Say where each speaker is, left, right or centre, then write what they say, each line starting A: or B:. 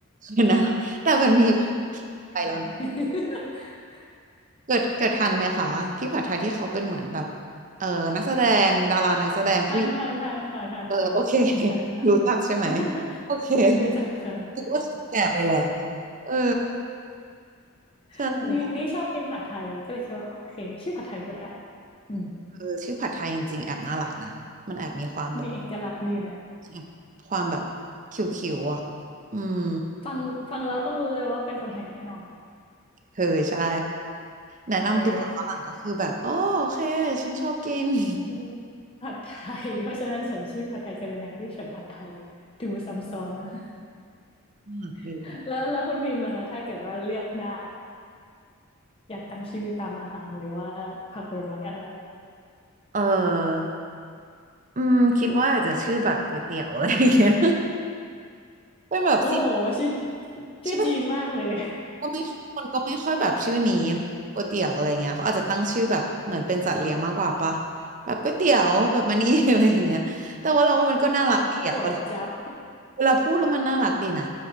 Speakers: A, on the right; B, on the left.
A: เนนะแต่มันมีพี่ผัดไทยแล้วนะ
B: <laughs>
A: เกิดเกิดทันไหมคะพี่ผัดไทยที่เขาเป็นเหมือนแบบ เออนักแสดงดารานักแสดงผู้หญิง
B: ทันทันทันค่ะทันทันทันค่ะ
A: เออโอเค <laughs>
B: <laughs>
A: รู้จักใช่ไหม โอเค
B: รู้จักค่ะ
A: ถือว่าแก่ไปแล้ว เออ
B: <laughs>
A: ใช่
B: นี่นี่ชอบกินผัดไทยก็เลยคิดว่าโอเคชื่อผัดไทยก็ได้อืม
A: เออชื่อผัดไทยจริงๆแอบน่ารักนะ มันแอบมีความแบบ
B: มีเอกลักษณ์ดีนะ
A: แอบความแบบคิวๆอ่ะอืม
B: ฟังฟังแล้วต้องรู้เลยว่าเป็นคนไทยแน่นอน
A: เออใช่ แนะนำตัวฝรั่งก็คือแบบโอโอเคฉันชอบกิน
B: เออ
A: <laughs>
B: <laughs> ผัดไทยเพราะฉะนั้นฉันชื่อผัดไทยกรุณาเรียกฉันผัดไทยดูซ้ำซ้อนว่ะ
A: มากดี
B: <laughs> แล้วแล้วคุณพิมพ์ล่ะคะถ้าเกิดว่าเลือกได้อยากตั้งชื่อตามอาหารหรือว่าผักผลไม้อะไร
A: เออ อืมคิดว่าอาจจะชื่อแบบก๋วยเตี๋ยวอะไรอย่างเงี้ย <laughs> เป็นแบบซิน
B: โอ้โหชื่อชื่อจีนมากเลย
A: ใช่ปะ ก็ไม่คนก็ไม่ค่อยแบบชื่อนี้เนอะก๋วยเตี๋ยวอะไรเงี้ยเขาอาจจะตั้งชื่อแบบเหมือนเป็นสัตว์เลี้ยงมากกว่าปะแบบก๋วยเตี๋ยวแบบมานี่ <laughs> อะไรอย่างเงี้ยแต่ว่าเราว่ามันก็น่ารักดีอะเวลา
B: <laughs> ก๋วยจั๊บ
A: เวลาพูดแล้วมันน่ารักดีนะ